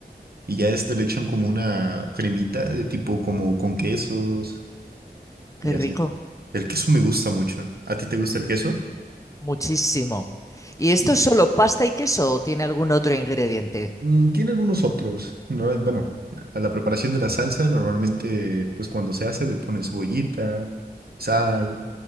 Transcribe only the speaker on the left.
qué
rico.
Muchísimo. ¿Y
esto es solo pasta y queso o tiene algún otro ingrediente?